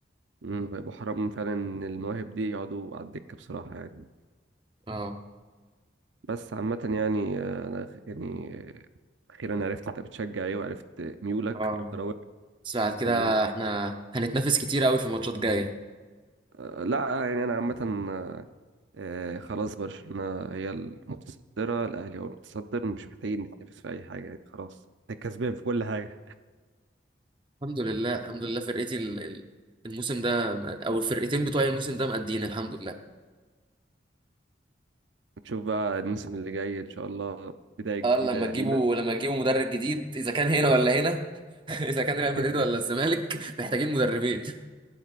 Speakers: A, on the right (about 80°); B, on the right (about 25°).
A: مم، هيبقوا حرام فعلا إن المواهب دي يقعدوا على الدكة بصراحة يعني.
B: اه
A: بس عامة يعني آه، أنا خ- يعني آه، أخيرا عرفت أنت بتشجع إيه وعرفت ميولك
B: اه
A: الكروية
B: بس بعد كده
A: و
B: احنا هنتنافس كتير قوي في ماتشات جايه
A: آه، لا يعني أنا عامة آه، آه، خلاص برشلونة هي المتصدرة الأهلي هو المتصدر مش محتاجين نتنافس في أي حاجة يعني خلاص ده كسبان في كل حاجة
B: الحمد لله الحمد لله فرقتي ال- ال- الموسم ده او الفرقتين بتوعي الموسم ده مقدين الحمد لله
A: نشوف بقى الموسم اللي جاي إن شاء الله بداية جديدة
B: اه لما تجيبوا
A: لينا
B: لما تجيبوا مدرب جديد اذا كان هنا ولا هنا <laughs> اذا كان
A: <laughs>
B: ريال مدريد ولا الزمالك محتاجين مدربين